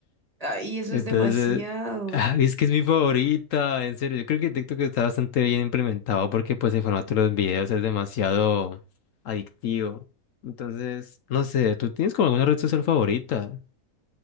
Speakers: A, on the right; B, on the left.
A: Ay, eso
B: Entonces,
A: es demasiado.
B: <laughs> ah, es que es mi favorita, en serio. Yo creo que TikTok está bastante bien implementado porque pues el formato de los videos es demasiado adictivo. Entonces, no sé, ¿tú tienes como alguna red social favorita?